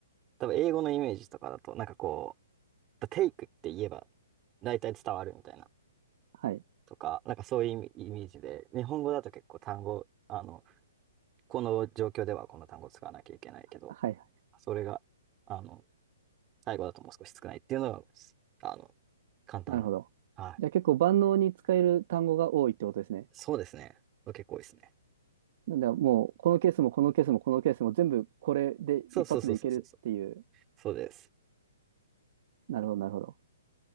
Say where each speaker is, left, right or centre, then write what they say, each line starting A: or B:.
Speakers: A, on the right (about 25°); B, on the right (about 50°).
A: 多分、英語のイメージとかだと、なんかこう、take って言えば、大体伝わるみたいな、
B: はい。
A: とか、なんかそういうイメイメージで、日本語だと結構単語、あの、この状況ではこの単語を使わなきゃいけないけど、
B: はい。
A: それが、あの、最後だともう少し少ないっていうのが、あの、簡単な。
B: なるほど。
A: はい。
B: じゃあ結構万能に使える単語が多いってことですね。
A: そうですね。結構多いですね。
B: なんで、もう、このケースも、このケースも、このケースも、全部これで一発でいけるっていう。
A: そうそうそうそうそうそう。そうです。
B: なるほど、なるほど。